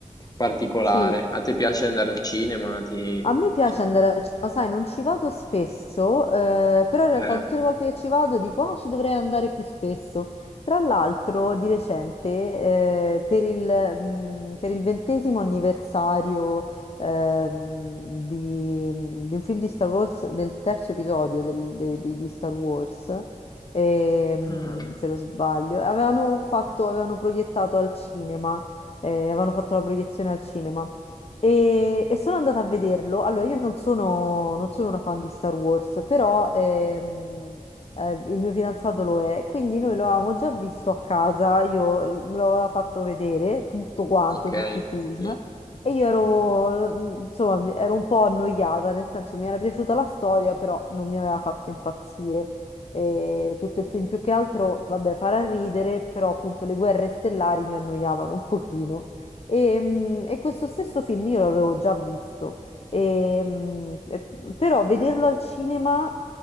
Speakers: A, on the left; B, on the left.
A: particolare.
B: Sì.
A: A te piace andare al cinema? Ti...
B: A me piace
A: ci-
B: andare al cinema, sai, non ci vado spesso, eh, però in
A: eh.
B: realtà tutte le volte che ci vado dico, ah, ci dovrei andare più spesso. Tra l'altro, di recente, eh, per il, mh, per il ventesimo anniversario, ehm, di, di un film di Star Wars, del terzo episodio del- de- de- di Star Wars, ehm,
A: Ah,
B: se non sbaglio, avevano fatto, avevano proiettato al cinema, eh, avevano fatto la proiezione al cinema. E, e sono andata a vederlo. Allora, io non sono, non sono una fan di Star Wars, però ehm, eh, il mio fidanzato lo è, quindi noi lo avevamo già visto a casa, io l- me l'aveva fatto vedere tutto quanto,
A: ok,
B: tutti i film,
A: sì,
B: e io ero, mm, insomma, mi- ero un po' annoiata, nel senso mi era piaciuta la storia, però non mi aveva fatto impazzire. E tutto il film più che altro, vabbè, farà ridere, però appunto le guerre stellari mi annoiavano un pochino. E, mm, e questo stesso film io l'avevo già visto, E, mm, e- però vederlo al cinema